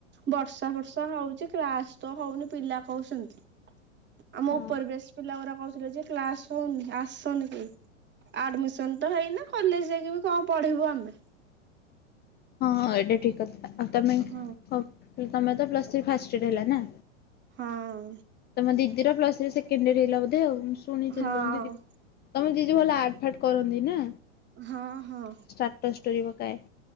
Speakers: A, on the right; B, on the left.
A: ବର୍ଷା ଫର୍ଷା ହଉଛି କ୍ଲାସ୍ ତ ହଉନି ପିଲା କହୁଛନ୍ତି? ଆମ
B: ହଁ
A: ଉପର ବ୍ୟାଚ୍ ପିଲାଗୁରା କହୁଥିଲେ ଯେ କ୍ଲାସ୍ ହଉନି ଆସନି କେହି? ଆଡମିଶନ୍ ତ ହେଇନେ କଲେଜ୍ ଯାଇକି କଣ ପଢିବୁ ଆମେ?
B: ହଁଁ ଏଇଟା ଠିକ୍ କଥା ଆଉ ତମେ ହ
A: ହଁ
B: ତମେ ତ ପ୍ଲସ୍ ଥ୍ରି ଫାଷ୍ଟ ଇଅର୍ ହେଲା ନା?
A: ହଁ।
B: ତମ ଦିଦିର ପ୍ଲସ୍ ଥ୍ରି ସେକେଣ୍ଡ ଇଅର୍ ହେଲା ବୋଧେ ଆଉ ଶୁଣିଥିଲି
A: ହଁ
B: ତ ତମ ଦିଦି ତମ ଦିଦି ଭଲ ଆର୍ଟ ଫାର୍ଟ କରନ୍ତି ନା
A: ହଁ ହଁ
B: ଷ୍ଟାଟସ୍ ଷ୍ଟୋରୀ ପକାଏ।